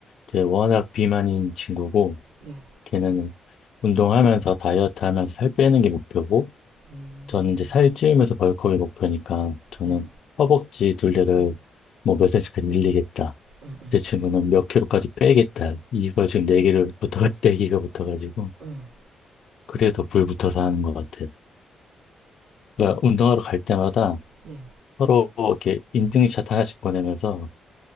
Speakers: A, on the left (about 60°); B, on the right (about 85°).
A: 이제 워낙 비만인 친구고
B: 네.
A: 걔는 운동하면서 다이어트 하면서 살 빼는 게 목표고
B: 음,
A: 저는 이제 살 찌우면서 벌크업이 목표니까 저는
B: 네.
A: 허벅지 둘레를 뭐 몇 센치까지 늘리겠다.
B: 응, 응,
A: 제 친구는 몇 킬로까지 빼겠다. 이걸 지금 내기를 붙어, <laughs> 내기가 붙어가지고
B: 응.
A: 그래서 불 붙어서 하는 것 같아요. 그러니까 운동하러 갈 때마다
B: 네.
A: 서로 이렇게 인증샷 하나씩 보내면서